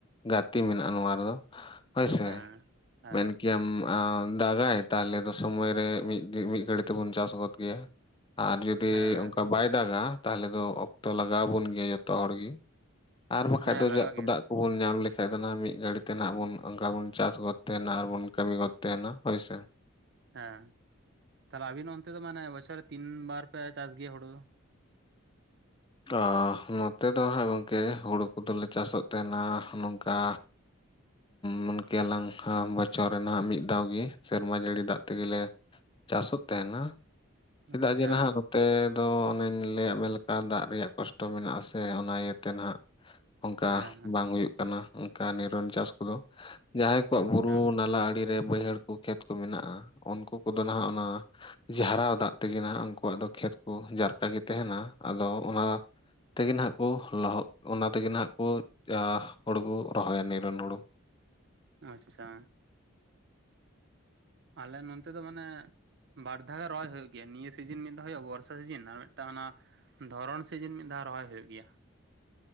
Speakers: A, on the left (about 20°); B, on the right (about 50°).
A: ᱜᱟᱛᱮ ᱢᱮᱱᱟᱜᱼᱟ ᱱᱚᱶᱟ ᱨᱮᱫᱚ᱾ ᱦᱳᱭ ᱥᱮ,
B: ᱦᱮᱸ ᱦᱮᱸ
A: ᱢᱮᱱ ᱠᱮᱭᱟᱢ ᱟᱸ ᱫᱟᱜᱟᱭ ᱛᱟᱦᱞᱮ ᱥᱚᱢᱚᱭ ᱨᱮ ᱢᱤᱫ ᱫᱤ ᱢᱤᱫ ᱜᱷᱟᱹᱲᱤᱠ ᱛᱮᱵᱚᱱ ᱪᱟᱥ ᱜᱚᱫ ᱜᱮᱭᱟ ᱟᱨ ᱡᱩᱫᱤ
B: ᱦᱮᱸ
A: ᱚᱱᱠᱟ ᱵᱟᱭ ᱫᱟᱜᱟ ᱛᱟᱦᱞᱮ ᱫᱚ ᱚᱠᱛᱚ ᱞᱟᱜᱟᱣ ᱟᱵᱚᱱ ᱜᱮᱭᱟ ᱡᱚᱛᱚ ᱦᱚᱲ ᱜᱮ ᱟᱨ ᱵᱟᱠᱷᱟᱡ
B: ᱦᱮᱸ
A: ᱫᱚ
B: ᱞᱟᱜᱟᱜ
A: ᱡᱟᱜ ᱠᱚ
B: ᱜᱮᱭᱟ ᱛᱚ
A: ᱫᱟᱜ ᱠᱚ ᱵᱚᱱ ᱧᱟᱢ ᱞᱮᱠᱷᱟᱡ ᱫᱚ ᱱᱷᱟᱜ ᱢᱤᱫ ᱜᱷᱟᱹᱲᱤ ᱛᱮ ᱱᱷᱟᱜ ᱵᱚᱱ ᱚᱱᱠᱟ ᱵᱚᱱ ᱪᱟᱥ ᱜᱚᱫ ᱛᱟᱦᱮᱱᱟ ᱟᱨᱵᱚᱱ ᱠᱟᱹᱢᱤ ᱜᱚᱫ ᱛᱟᱦᱮᱱᱟ ᱦᱳᱭ ᱥᱮ᱾
B: ᱦᱮᱸ᱾ ᱛᱟᱦᱞᱮ ᱟᱵᱤᱱ ᱚᱱᱛᱮ ᱫᱚ ᱢᱟᱱᱮ ᱵᱚᱪᱷᱚᱨ ᱨᱮ ᱛᱤᱱ ᱵᱟᱨ ᱯᱮ ᱪᱟᱥ ᱜᱮᱭᱟ ᱦᱩᱲᱩ ᱫᱚ?
A: ᱟ ᱱᱚᱛᱮ ᱫᱚ ᱦᱟᱸᱜ ᱜᱚᱝᱠᱮ ᱦᱩᱲᱩ ᱠᱚ ᱫᱚᱞᱮ ᱪᱟᱥᱚᱜ ᱛᱟᱦᱮᱱᱟ ᱱᱚᱝᱠᱟ ᱢᱮᱱ ᱠᱮᱭᱟᱞᱟᱝ ᱵᱚᱪᱷᱚ ᱨᱮ ᱱᱷᱟᱜ ᱢᱤᱫ ᱫᱷᱟᱣ ᱜᱮ ᱥᱮᱨᱢᱟ ᱡᱟᱹᱲᱤ ᱫᱟᱜ ᱛᱮᱜᱮ ᱞᱮ ᱪᱟᱥᱚᱜ ᱛᱟᱦᱮᱱᱟ, ᱪᱮᱫᱟᱜ
B: ᱟᱪᱪᱷᱟ
A: ᱡᱮ ᱱᱷᱟᱜ
B: ᱦᱮᱸ
A: ᱱᱚᱛᱮ ᱫᱚ ᱚᱱᱮᱧ ᱞᱟᱹᱭᱟᱫ ᱢᱮ ᱞᱮᱠᱟ ᱫᱟᱜ ᱨᱮᱭᱟᱜ ᱠᱚᱥᱴᱚ ᱢᱮᱱᱟᱜᱼᱟ ᱥᱮ ᱚᱱᱟ ᱤᱭᱟᱹᱛᱮ ᱱᱷᱟᱜ ᱚᱱᱠᱟ
B: ᱦᱮᱸ
A: ᱵᱟᱝ ᱦᱩᱭᱩᱜ ᱚᱱᱠᱟ ᱱᱤᱨᱚᱱ ᱪᱟᱥ ᱠᱚᱫᱚ᱾ ᱡᱟᱦᱟᱸᱭ ᱠᱚᱣᱟᱜ
B: ᱟᱪᱪᱷᱟ
A: ᱵᱩᱨᱩ ᱱᱟᱞᱟ ᱟᱹᱰᱤ ᱨᱮ ᱵᱟᱹᱭᱦᱟᱹᱲ ᱠᱚ ᱠᱷᱮᱛ ᱠᱚ ᱢᱮᱱᱟᱜᱼᱟ, ᱩᱱᱠᱩ ᱠᱚᱫᱚ ᱱᱷᱟᱜ ᱚᱱᱟ ᱡᱷᱟᱨᱟᱣ ᱫᱟᱜ ᱛᱮᱜᱮ ᱱᱷᱟᱜ ᱩᱱᱠᱩᱣᱟᱜ ᱫᱚ ᱠᱷᱮᱛ ᱠᱚ ᱡᱟᱨᱠᱟ ᱜᱮ ᱛᱟᱦᱮᱱᱟ᱾ ᱟᱫᱚ ᱚᱱᱟ ᱛᱮᱜᱮ ᱱᱷᱟᱜ ᱠᱚ ᱞᱚᱦᱚᱫ ᱚᱱᱟ ᱛᱮᱜᱮ ᱱᱷᱟᱜ ᱠᱚ ᱟ ᱦᱩᱲᱩ ᱠᱚ ᱨᱚᱦᱚᱭᱟ ᱱᱤᱨᱚᱱ ᱦᱩᱲᱩ᱾
B: ᱟᱪᱪᱷᱟ᱾ ᱟᱞᱮ ᱱᱚᱱᱛᱮ ᱫᱚ ᱢᱟᱱᱮ ᱵᱟᱨ ᱫᱷᱟᱣ ᱨᱚᱦᱚᱭ ᱦᱩᱭᱩᱜ ᱜᱮᱭᱟ ᱱᱤᱭᱟᱹ ᱥᱤᱡᱤᱱ ᱢᱤᱫ ᱫᱷᱟᱣ ᱦᱩᱭᱩᱜᱼᱟ ᱵᱚᱨᱥᱟ ᱥᱤᱡᱤᱱ ᱟᱨ ᱢᱤᱫᱴᱟᱝ ᱚᱱᱟ ᱫᱷᱚᱨᱚᱱ ᱥᱤᱡᱤᱱ ᱢᱤᱫ ᱫᱷᱟᱣ ᱨᱚᱦᱚᱭ ᱦᱩᱭᱩᱜ ᱜᱮᱭᱟ᱾